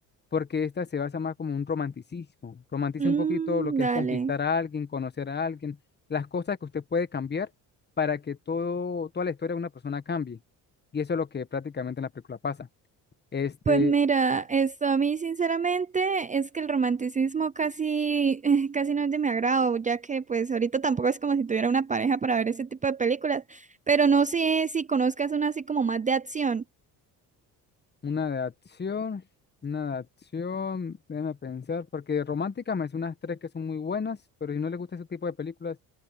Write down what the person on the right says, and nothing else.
Mm,
dale.
Pues mira, esto a mí sinceramente es que el romanticismo casi, eh, casi no es de mi agrado, ya que pues ahorita tampoco es como si tuviera una pareja para ver ese tipo de películas, pero no sé si conozcas una así como más de acción.